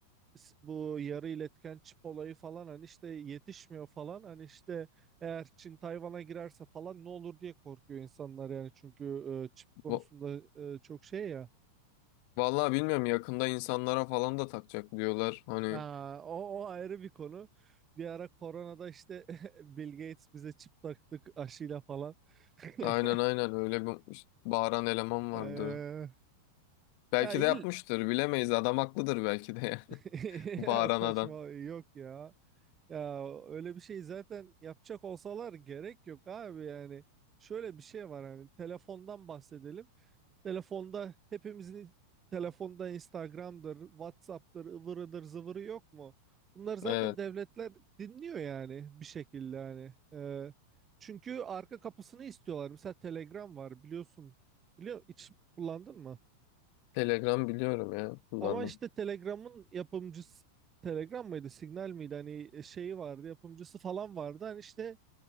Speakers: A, on the right; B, on the left.
A: s- bu yarı iletken çip olayı falan hani işte yetişmiyor falan. Hani işte eğer Çin Tayvan'a girerse falan ne olur diye korkuyor insanlar yani çünkü e, çip konusunda
B: bu-
A: e, çok şey ya.
B: vallahi bilmiyorum yakında insanlara falan da takacak diyorlar. Hani
A: Aa, o, o ayrı bir konu. Bir ara koronada işte <laughs> Bill Gates bize çip taktık aşıyla falan. <laughs>
B: aynen aynen öyle bir bağıran eleman
A: Ee,
B: vardı. Belki
A: ya il-
B: de yapmıştır bilemeyiz adam haklıdır belki de yani.
A: <laughs>
B: <laughs> Bağıran
A: Saçma
B: adam.
A: yok ya. Ya öyle bir şey zaten yapacak olsalar gerek yok abi yani. Şöyle bir şey var hani telefondan bahsedelim. Telefonda hepimizin telefonda Instagram'dır, WhatsApp'tır, ıvırıdır, zıvırı yok mu? Bunlar zaten
B: Evet.
A: devletler dinliyor yani bir şekilde hani. Ee, çünkü arka kapısını istiyorlar. Mesela Telegram var biliyorsun. Biliyor, hiç kullandın mı?
B: Telegram biliyorum ya kullandım.
A: Ama işte Telegram'ın yapımcısı Telegram mıydı, Signal miydi? Hani e, şeyi vardı, yapımcısı falan vardı. Hani işte